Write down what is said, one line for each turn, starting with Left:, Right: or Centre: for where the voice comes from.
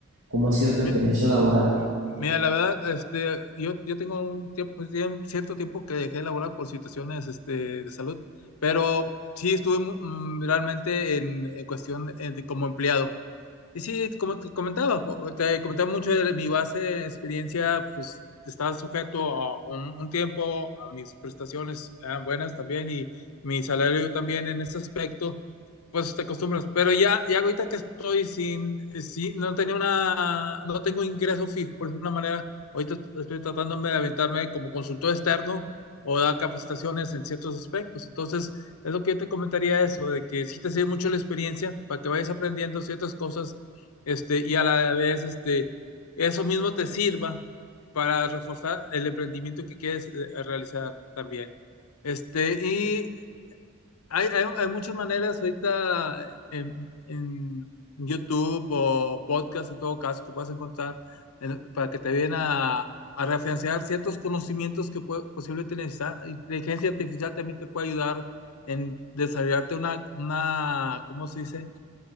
Right: ¿Cómo ha sido tu experiencia
Left: Mi-
Right: laboral?
Left: m- Mira, la verdad, este, yo, yo tengo un tiempo, tiem- cierto tiempo que dejé de laborar por situaciones, este, de salud, pero sí estuve mu- mm, realmente en, en cuestión eh, de- como empleado. Y sí, como te comentaba, po- te comentaba mucho de mi base de experiencia, pues estaba sujeto a un, un tiempo, a mis prestaciones eran buenas también y mi salario también en ese aspecto, pues te acostumbras. Pero ya, ya ahorita que estoy sin, sin, no tenía una, no tengo ingreso fijo, por decirlo de una manera, ahorita estoy tratándome de aventarme como consultor externo o dar capacitaciones en ciertos aspectos. Entonces, es lo que yo te comentaría eso, de que sí te sirve mucho la experiencia para que vayas aprendiendo ciertas cosas este, y a la vez, este, eso mismo te sirva para reforzar el emprendimiento que quieres eh, eh, realizar también. Este, y hay, hay, hay muchas maneras ahorita en, en YouTube o podcast, en todo caso, que puedas encontrar en- para que te ayuden a, a referenciar ciertos conocimientos que pue- posiblemente necesitas. Inteligencia artificial también te puede ayudar en desarrollarte una, una, ¿cómo se dice?